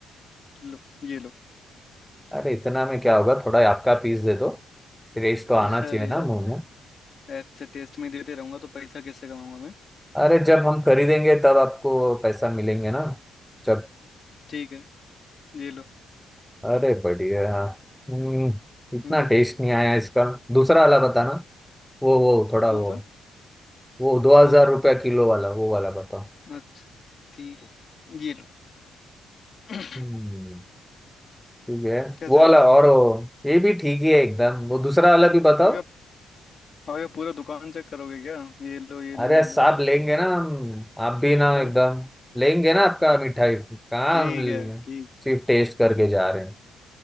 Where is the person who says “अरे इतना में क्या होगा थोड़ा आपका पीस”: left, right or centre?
Centre